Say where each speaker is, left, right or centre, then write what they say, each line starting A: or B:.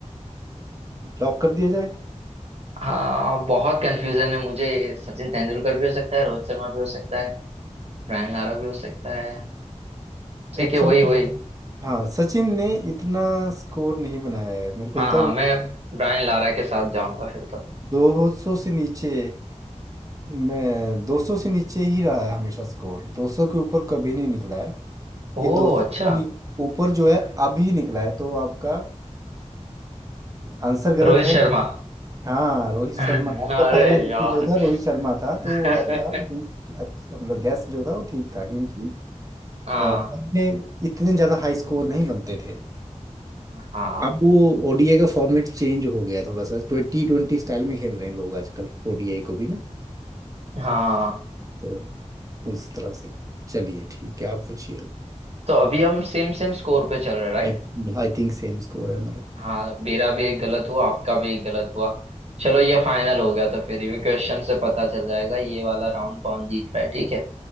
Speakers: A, on the right (about 30°); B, on the right (about 55°).
A: Lock कर दिया जाए
B: हाँ बहुत कंफ्यूजन है मुझे सचिन तेंदुलकर भी हो सकता है रोहित शर्मा भी हो सकता है ब्रायन लारा भी हो सकता है ठीक
A: एक्चुअली
B: है वही वही
A: हाँ सचिन ने इतना स्कोर नहीं बनाया है मेरे को
B: हाँ
A: तो
B: हाँ मैं ब्रायन लारा के साथ जाऊंगा फिर तो
A: दो सौ से नीचे मैं दो सौ से नीचे ही रहा है हमेशा स्कोर दो सौ के ऊपर कभी नहीं निकला है
B: ओह
A: ये दो सौ
B: अच्छा
A: के नी- ऊपर जो है अभी निकला है तो आपका आंसर गलत
B: रोहित
A: है
B: शर्मा
A: हाँ रोहित
B: <laughs>
A: शर्मा आपका
B: अरे
A: पहला हिंट
B: यार
A: जो था रोहित शर्मा था
B: <laughs>
A: तो वो आपका हिंट अच्छा मतलब गैस जो था वो ठीक था क्योंकि
B: हाँ
A: अ, पहले इतने ज्यादा हाई स्कोर नहीं बनते थे
B: हाँ
A: अब वो ओडीआई का फॉर्मेट चेंज हो गया थोड़ा सा ट्वेंटी ट्वेंटी स्टाइल में खेल रहे हैं लोग आजकल ओडीआई को भी ना
B: हाँ
A: तो उस तरफ से चलिए ठीक है आप पूछिए
B: तो अभी हम सेम सेम स्कोर पे चल रहे राइट
A: आई थिंक आई थिंक सेम स्कोर है हमारा
B: हाँ मेरा भी एक गलत हुआ आपका भी एक गलत हुआ चलो ये फाइनल हो गया तो फिर ये क्वेश्चन से पता चल जाएगा ये वाला राउंड कौन जीत रहा है ठीक है